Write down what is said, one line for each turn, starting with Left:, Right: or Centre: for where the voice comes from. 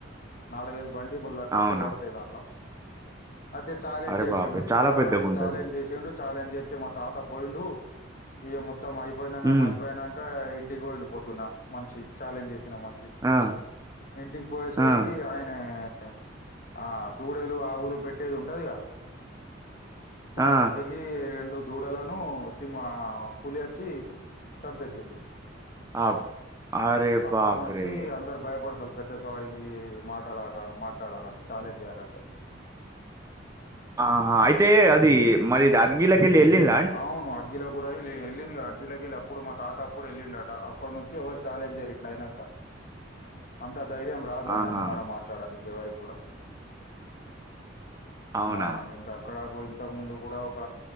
Left: నాలుగైదు బండి బల్ కట్టెలు
Right: అవునా
Left: పడతాయి దాంట్లో అదె చాలెంజ్
Right: అరే
Left: చేసిండు.
Right: బాపే చాలా పెద్దగా
Left: అదే
Right: ఉంటది
Left: చాలెజ్ చేసిండు ఛాలెంజ్ చేత్తె మా తాత పోయిండు ఇగ మొత్తం అయిపోయినంక
Right: ఉమ్
Left: మజ్జిపోయినా ఇంకా ఇంటికి పోయిండు పొద్దున్న మనిషి ఛాలెంజ్ చేసిన మని షి
Right: ఆ
Left: ఇంటికి పోయేసరికి
Right: ఆ
Left: ఆయన అ ఆ దూడేలు ఆవులు పెట్టేది ఉంటదిగా దాన్లగే
Right: ఆ
Left: ల్లి రెండు దూడలను సింహ పులి వచ్చి చంపేసింది.
Right: ఆ అరే
Left: అప్పటి
Right: బాప్రే!
Left: నుంచి అందరు భయపడుతారు. పెద్ద సవారికిి మాటలాటాల మాట్లాడాల అంటే ఛాలెంజ్ చేయాలంటే
Right: ఆహా అయితే అది మరి అగ్గిలేకెళ్ళి ఎళ్లిందా
Left: అవును అగ్గిల కూడా ఎల్లి ఎళ్ళింది కదా అగ్గిలో కెళ్ళి అప్పుడు మా తాత అప్పుడు ఎల్లిండట. అప్పట్నుంచి ఎవరు చాలెంజ్ చెయ్యరు ఇట్లయినంక అంత ధైర్యం రాదు ఆయన
Right: ఆహా!
Left: ముంగడ మాట్లాడనీకి ఎవరికి కూడ
Right: అవునా?
Left: అవునండి ఇంకా అక్కడకు ఇంతకు ముందు కూడ ఒక